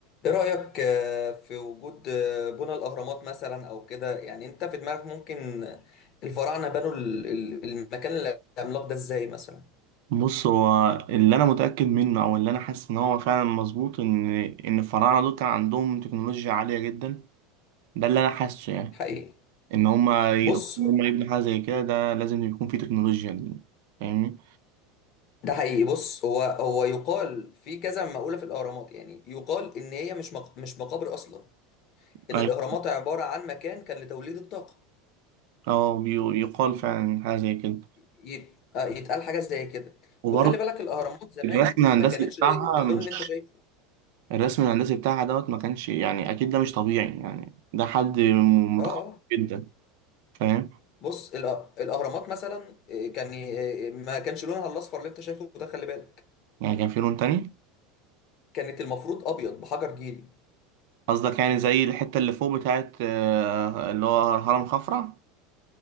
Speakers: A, on the left; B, on the right.
A: ايه رأيك آه، في وجود آه، بنى الأهرامات مثلا أو كده يعني أنت في دماغك ممكن آه، الفراعنة بنوا ال- ال- المكان العملاق ده إزاي مثلا
B: بص هو اللي انا متاكد منه او اللي انا حاسس ان هو فعلا مظبوط ان ان الفراعنه دول كان عندهم تكنولوجيا عاليه جدا ده اللي انا حاسه يعني
A: حقيقي
B: ان هم ان
A: بص
B: هم يبنوا حاجه زي كده ده لازم يكون فيه تكنولوجيا فاهمني
A: ده حقيقي بص هو هو يقال في كذا مقولة في الأهرامات يعني يقال إن هي مش مق- مش مقابر أصلا إن
B: ايوه
A: الأهرامات عبارة عن مكان كان لتوليد الطاقة
B: اه بي- يقال فعلا حاجه زي كده
A: يت- آه، يتقال حاجة زي كده
B: وبرضه
A: وخلي بالك الأهرامات زمان
B: الرسم الهندسي
A: ما كانتش
B: بتاعها
A: باللون
B: مش
A: اللي أنت شايفه
B: الرسم الهندسي بتاعها دوت ما كانش يعني اكيد ده مش طبيعي يعني ده حد م- متخصص
A: آه آه.
B: جدا فاهم
A: بص الأ- الاهرامات مثلا إيه، كان إيه، ما كانش لونها الاصفر اللي انت شايفه ده خلي بالك
B: يعني كان في لون تاني
A: كانت المفروض ابيض بحجر جيري
B: قصدك يعني زي الحتة اللي فوق بتاعت آه، اللي هو هرم خفرع